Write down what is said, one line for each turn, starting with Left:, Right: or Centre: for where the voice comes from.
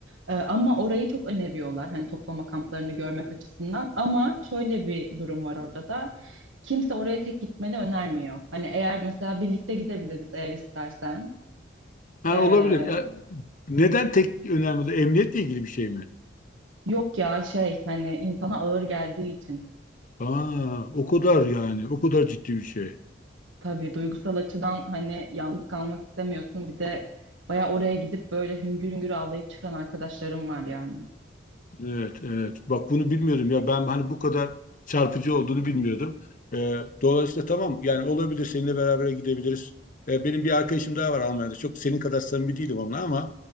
Right: Ee, ama orayı çok öneriyorlar. Hani toplama kamplarını görmek açısından. Ama şöyle bir durum var orada da. Kimse oraya tek gitmeni önermiyor. Hani eğer mesela birlikte gidebiliriz eğer istersen.
Left: Ha,
Right: Ee,
Left: olabilir. Neden tek önemli? Emniyetle ilgili bir şey mi?
Right: yok ya şey hani insana ağır geldiği için.
Left: Aa, o kadar yani. O kadar ciddi bir şey.
Right: Tabii duygusal açıdan hani yalnız kalmak istemiyorsun. Bir de baya oraya gidip böyle hüngür hüngür ağlayıp çıkan arkadaşlarım var yani.
Left: Evet, evet. Bak bunu bilmiyordum ya. Ben hani bu kadar çarpıcı olduğunu bilmiyordum. Ee, dolayısıyla tamam yani olabilir seninle beraber gidebiliriz. Ee, benim bir arkadaşım daha var Almanya'da. Çok senin kadar samimi değilim onunla ama